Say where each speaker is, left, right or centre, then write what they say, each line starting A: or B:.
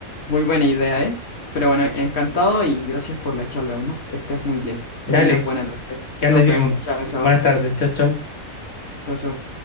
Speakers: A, on the left (about 50°); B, on the left (about 80°).
A: muy buena idea, ¿eh? Pero bueno, encantado y gracias por la charla, ¿no? Que estés muy bien,
B: Dale,
A: que tengas buena tarde.
B: que andes
A: Nos
B: bien.
A: vemos, chao, chao,
B: Buenas tardes, chau, chau.
A: chao, chao.